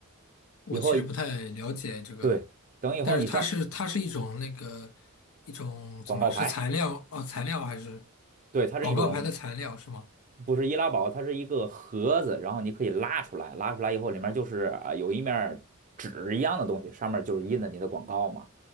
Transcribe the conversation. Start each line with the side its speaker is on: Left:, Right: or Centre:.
Left: 我其实不太了解这个，
Right: 以后对，等以后你上
Left: 但是它是它是一种那个一种怎么了？
Right: 广告牌，
Left: 是材料哦，材料还是
Right: 对，它是一种
Left: 广告牌的材料是吗？
Right: 不是易拉宝，它是一个盒子，然后你可以拉出来，拉出来以后里面就是啊有一面儿纸一样的东西，上面就是印的你的广告嘛。